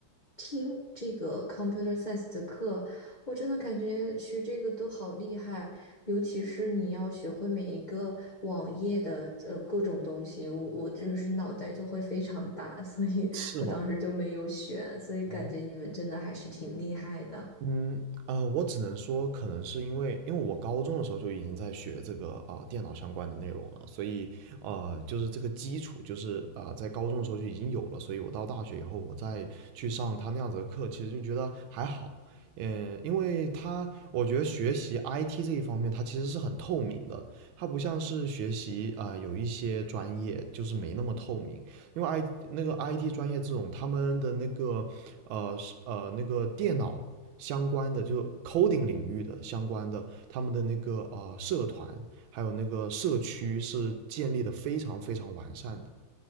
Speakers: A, on the left (about 55°); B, on the right (about 80°).
A: 听这个 computer science 的课，我真的感觉学这个都好厉害。尤其是你要学会每一个网页的呃各种东西，我我就是脑袋就会非常大，<laughs> 所以我当时就没有选，
B: 是吗？
A: 所以感觉你们真的还是挺厉害的。
B: 哦，嗯，呃，我只能说，可能是因为，因为我高中的时候就已经在学这个啊、呃电脑相关的内容了，所以呃，就是这个基础就是啊在高中的时候就已经有了，所以我到大学以后，我再去上他那样子的课，其实就觉得还好。嗯，因为他，我觉得学习 IT 这一方面，它其实是很透明的，它不像是学习啊、呃有一些专业就是没那么透明，因为 I 那个 IT 专业这种，他们的那个呃是呃那个电脑相关的，就是 coding 领域的相关的，他们的那个呃社团，还有那个社区是建立的非常非常完善的。